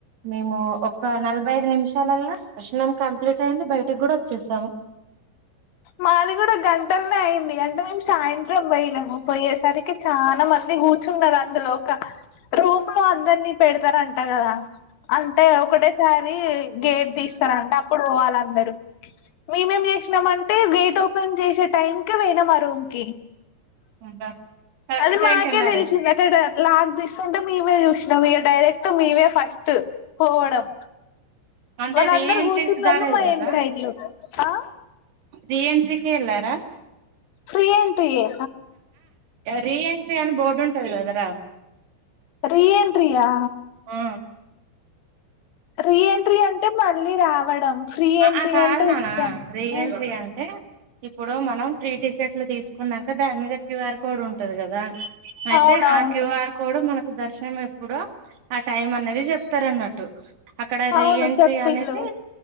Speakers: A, on the right; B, on the left.
A: మేము ఒక నల్ ఇరవై ఐదు నిమిషాలల్ల దర్శనం కంప్లీట్ అయింది బైటి గూడా వొచ్చేసాము
B: మాది గూడా గంటల్నే అయింది అంటే మేము సాయంత్రం బోయినము పోయేసరికి చానా మం మీరు కూర్చున్నారా అందులోక రూమ్ లో అందర్నీ పెడతారంట గదా అంటే ఒకటేస సారి గేట్ తెస్తారట అప్పుడు పోవాలందరు మేమేం జేష్నామంటే టే గేట్ ఓపెన్ జేశే టైంకే పోయిన మా రూమ్ కి
A: అబ్బా కరెక్ట్
B: అది
A: టైం
B: మాకే
A: కి వెళ్ళారు
B: దెల్శింది
A: అయితే
B: లాక్ దీస్తూంటే మేమే చూసినం ఇగ డైరెక్ట్ మేమే ఫస్ట్ పోవడం
A: అంటే
B: వాళ్ళందరు
A: రీ ఎంట్రీస్
B: కూర్చున్నోళ్ళు
A: దారేలరా
B: మా వెనకయిల్లు ఆ
A: రీ ఎంట్రీ కె వెళ్ళారా దా
B: ఫ్రీ ఎంట్రీ యే
A: రీ ఎంట్రీ అని బోర్డు ఉంటది కదరా
B: రీ ఎంట్రీ యా
A: ఆ
B: రీ ఎంట్రీ అంటే మళ్ళీ రావడం ఫ్రీ
A: అ
B: ఎంట్రీ
A: ఆ కాదు
B: అంటే
A: నాన్న
B: ఉచితంగా
A: రీ ఎంట్రీ అంటే ఇప్పుడు మనం ఫ్రీ టికెట్ ట్లు తీసుకున్నాక దాని మీద క్యూ ఆర్ కోడ్ ఉంటది కదా అయితే
B: అవునవును
A: ఆ క్యూ ఆర్ కోడ్ మన కు దర్శనం ఎప్పుడో ఆ టైం అన్నది జెప్తారన్నట్టు అక్కడ రీ
B: అవును
A: ఎంట్రీ
B: చెప్పిల్లు
A: అనేది